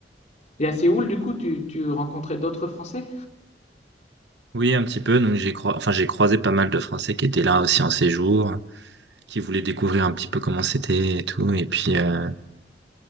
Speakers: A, on the left; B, on the right.
A: Et à Séoul, du coup, tu, tu rencontrais d'autres Français?
B: Oui, un petit peu. Donc j'ai croi- enfin, j'ai croisé pas mal de Français qui étaient là aussi en séjour, qui voulaient découvrir un petit peu comment c'était et tout. Et puis euh,